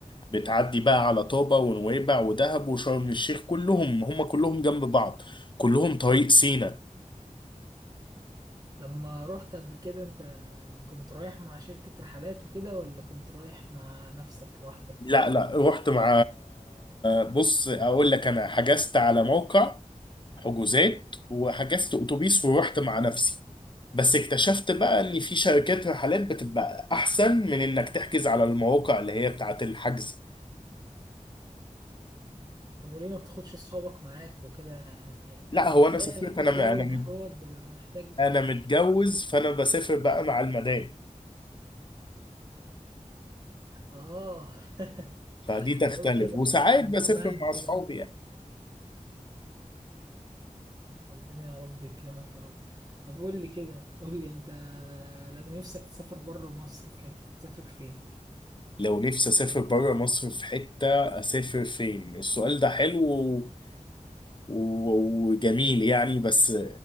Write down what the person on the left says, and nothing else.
بتعدي بقى على طابة ونويبع ودهب وشرم الشيخ كلهم هم كلهم جنب بعض كلهم طريق سينا
لا لا رحت مع بص اقول لك انا حجزت على موقع حجوزات وحجزت اتوبيس ورحت مع نفسي بس اكتشفت بقى ان في شركات رحلات بتبقى احسن من انك تحجز على المواقع اللي هي بتاعت الحجز
لا
هو انا سافرت
انا م- انا م-
انا متجوز فانا بسافر بقى مع المدام
فدي تختلف
وساعات
بسافر
مع
اصحابي
لو نفسي اسافر بره مصر في حتة اسافر فين السؤال ده حلو و- و- وجميل يعني بس